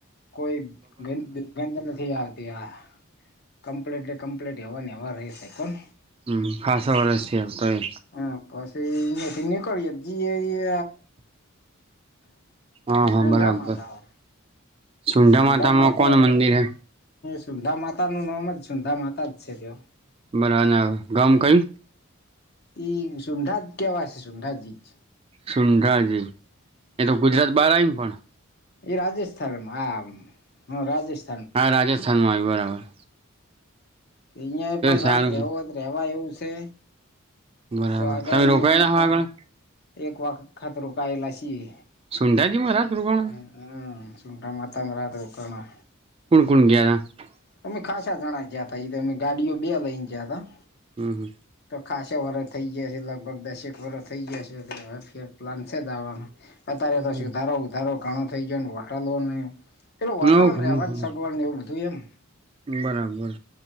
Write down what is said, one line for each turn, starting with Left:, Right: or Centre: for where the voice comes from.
Left: કોઈ દુર્ગંધ નથી આવતી આ કમ્પ્લીટ કમ્પ્લીટ એવાની એવા રશે કોણ
Right: હમ ખાસા વર્ષથી આવતો એ
Left: હ, પછીથી નીકળીએ જી
Right: હા
Left: છઝંડા
Right: હા બરાબર
Left: માતા.
Right: સુંઢા
Left: સુંડા
Right: માતામાં
Left: માતા
Right: કોણ મંદિર હે
Left: સુંંધા માતા નું નામ જ સુંંધા માતા જ છે તે
Right: બરાા ના ગામ કઈ
Left: એ સુંંધાજ કેવા છે સુંંધાજી.
Right: સુંંધાજી એ તો ગુજરાત બાર આવીયને પણ
Left: એ રાજસ્થાન હ હ રાજસ્થાન
Right: હા રાજસ્થાનમાં આવ્યો બરાબર.
Left: અહિયાં
Right: તો
Left: પણ
Right: સારું
Left: રાત રવો રેવા એવું છે.
Right: બરાબર
Left: તો આગળને
Right: તમે રોકાયેલા
Left: ખા
Right: હો આગળ
Left: એક વાખ ખાતરો કાયેલા છી.
Right: સુંઢાજી માં રાત રોકાણ
Left: હમ હમ ચૂંડ માતા
Right: કોણ કોણ ગયા હતા.
Left: અમે ખાસા જણ ગયા હતાા એ અમે ગાડીઓ બે લઈને ગયા ત
Right: હમ. હમ.
Left: ખાસો વર થઈ ગયા છે. લગભગ દસેક વરષ થઇ ગયા છેવે ફેર પ્લાન છેવાનું અત્યારે તો
Right: હમ
Left: સુધારો ઉધારો ઘણો થઇ. હોટલો ન પેલે હોટલમ
Right: હવ ઘણું
Left: રવાનું
Right: ઘણું
Left: સગવવાડ ને એવું બધું એમ
Right: બરાબર.